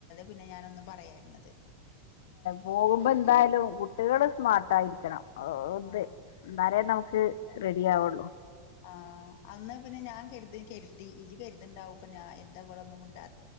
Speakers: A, on the left (about 60°); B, on the left (about 75°).
A: പിന്നെ ഞാനൊന്നും പറയാഞ്ഞത്
B: പോകുമ്പോ എന്തായാലും കുട്ടികള് സ്മാർട്ടായിരിക്കണം ഓ ഇത്
A: ആ
B: എന്നാലേ നമുക്ക് റെഡി ആവുള്ളൂ
A: ആഹ് അന്ന് പിന്നെ ഞാൻ കരുതി കരുതി ഇരി കരുത്ണ്ടാവും അപ്പൊ ഞാൻ എന്താ അവവിടെ ഒന്നും ഉണ്ടാ